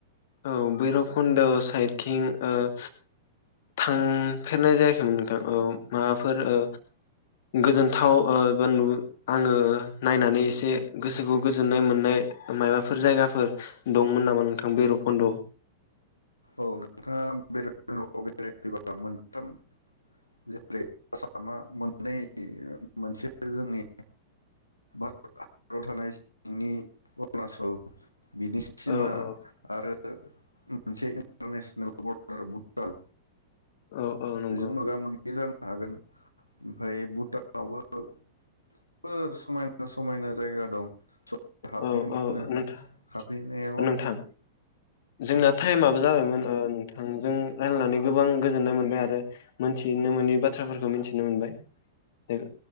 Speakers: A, on the left (about 50°); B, on the left (about 85°).
A: औ भैरब खुनद सा साइडखिं ओ थांफेरनाय जायाखैमोन नोंथां औ माबाफोर ओ गोजोनथाव ओ <unintelligible> आङो नायनानै एसे गोसोखौ गोजोननाय मोननाय माबाफोर जायगाफोर दंमोन नामा नोंथां खुन्द।
B: औ नोंथाङा बैरभकनदआव बेरायैबा मोनथाम जेरै आसामा मोननै मोनसे जोंनि भारत हादराव थानाय सिंनि अरुणाचल। बिनि सिमा
A: औ
B: आरो। <inaudible> मोनसे इन्टारनेसनेल बरडार भुटान।
A: औ औ नंगौ
B: बेजों मोगा मोगि जाना हागोन ओमफाय भुटानावबो जोबोर समायना समायना जायगा दं। हाबहैनो
A: औ
B: मोनो
A: औ नोंथां
B: हाबहैनायाव
A: नोंथां जोंना टाइमाबो जाबायमोन ओ नोंथांजों। रायलायनानै गोबां गोजोननाय मोनबाय आरो मोनथिनो मोनै बाथ्राफोरखौ मिथिनो मोनबाय